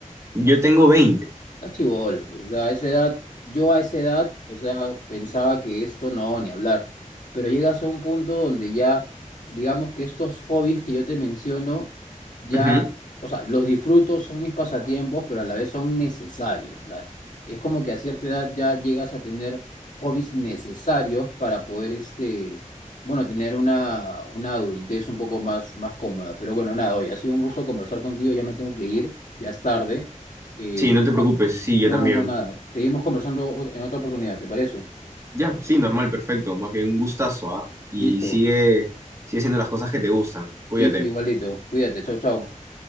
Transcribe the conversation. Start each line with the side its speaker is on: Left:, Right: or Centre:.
Right: Yo tengo veinte
Left: Está chibolo, pues, o sea, a esa edad, yo a esa edad, o sea, pensaba que esto no, ni hablar, pero llegas a un punto donde ya, digamos que estos hobbies que yo te menciono, ya,
Right: Ujú.
Left: o sea, los disfruto, son mis pasatiempos, pero a la vez son necesarios, o sea, es como que a cierta edad ya llegas a tener hobbies necesarios para poder, este, bueno, tener una, una adultez un poco más, más cómoda, pero bueno, nada, hoy ha sido un gusto conversar contigo, ya me tengo que ir, ya es tarde. Eh,
Right: Sí, no te preocupes, sí,
Left: no,
Right: yo también.
Left: no, nada. Seguimos conversando o- en otra oportunidad, ¿te parece?
Right: Ya, sí, normal, perfecto, más bien un gustazo, ¿ah? Y
Left: Listo.
Right: sigue, sigue haciendo las cosas que te gustan, cuídate.
Left: Sí, sí, igualito. Cuídate. Chau, chau.